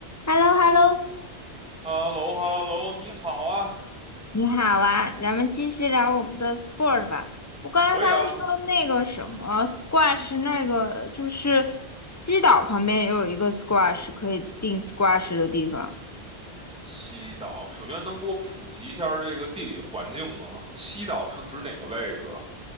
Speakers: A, on the left; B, in the centre.
A: h e l l o h e l l o
B: 哈喽哈喽，你好啊，
A: 你好啊，咱们继续聊我们的 sport 吧。我刚才他们说那个什么
B: 可以啊。
A: squash，那个就是西岛旁边也有一个 squash 可以定 squash 的地方，
B: 西岛，首先能给我普及一下这个地理环境吗？西岛是指哪个位置啊